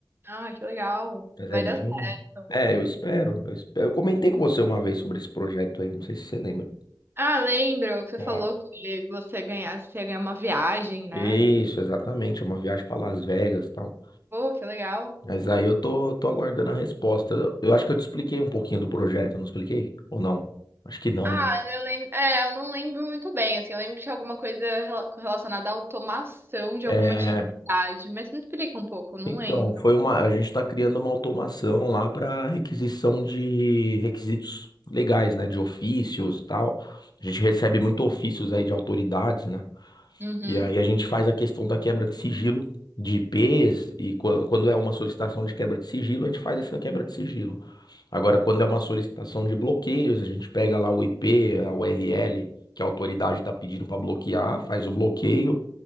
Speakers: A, on the right (about 30°); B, on the left (about 60°).
A: Ah, que legal.
B: Mas
A: Vai
B: é bem.
A: dar certo.
B: É, eu espero, eu espero. Eu comentei com você uma vez sobre esse projeto aí, não sei se você lembra.
A: Ah, lembro que você
B: É.
A: falou que você ganhasse, você ia ganhar uma viagem, né?
B: Isso, exatamente, é uma viagem para Las Vegas, e tal.
A: Pô, que legal.
B: Mas aí eu tô, tô aguardando a resposta. Eu, eu acho que eu te expliquei um pouquinho do projeto, eu não expliquei? Ou não? Acho que não,
A: Ah,
B: né?
A: eu lembro. É, eu não lembro muito bem, assim. Eu lembro que tinha alguma coisa rela- relacionada à automação de
B: É,
A: alguma atividade, mas me explica um pouco, eu não
B: Então,
A: lembro.
B: foi uma, a gente está criando uma automação lá para requisição de requisitos legais, né, de ofícios, tal. A gente recebe muito ofícios aí de autoridades, né?
A: Uhum.
B: E aí a gente faz a questão da quebra de sigilo de IPs e qu- quando é uma solicitação de quebra de sigilo, a gente faz essa quebra de sigilo. Agora, quando é uma solicitação de bloqueios, a gente pega lá o IP, a URL que a autoridade está pedindo para bloquear, faz o bloqueio,